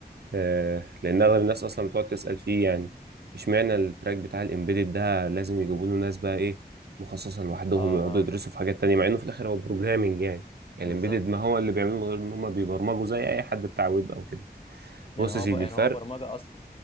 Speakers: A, on the right (about 75°); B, on the left (about 35°).
A: آه لان
B: امم
A: اغلب الناس اصلا بتقعد تسال فيه يعني اشمعنى التراك بتاع الامبيدد ده لازم يجيبوا له ناس بقى ايه مخصصه لوحدهم
B: اه
A: يقعدوا
B: اه
A: يدرسوا في حاجات تانية مع انه في الاخر هو بروجرامنج يعني يعني
B: بالظبط
A: الامبيدد ما هو اللي بيعملوه من غير ان هم بيبرمجوا زي اي حد بتاع ويب او كده
B: يعني
A: بص
B: هو
A: يا سيدي
B: ب... يعني
A: الفرق
B: هو برمجة اصلا